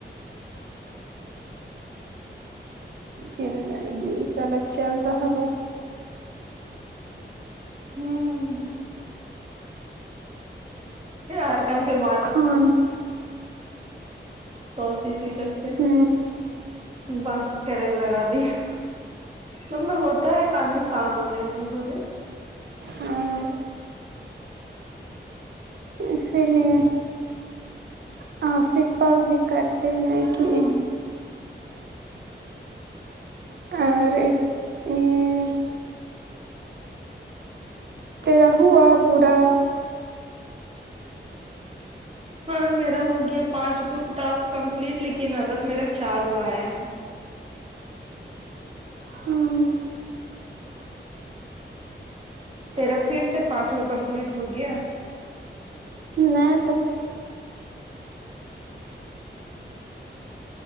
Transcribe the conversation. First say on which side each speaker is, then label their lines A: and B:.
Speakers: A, on the right; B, on the right.
A: زندگی سالگ چل رہا بس
B: ہوں <unintelligible>
A: خان
B: توی پی سب کے
A: ہ
B: بات کر لگا د مطلب ہوتا ہے ایک آدمی کہاں بولے نہیں بولے
A: ہاں اسی لیے ہاں سپاس بھی کرتے ن
B: ہوں
A: کہ اور یہ تیرا ہووا پورا
B: ہاں میرا ہو گیا پانچ گو ٹسک کمپلیٹ لیکن ابر میرا چار گو آیا ہے
A: ہوں
B: تیرا پھر سے پانچ وہ کمپلیٹ ہو گیا
A: نہیںیا تو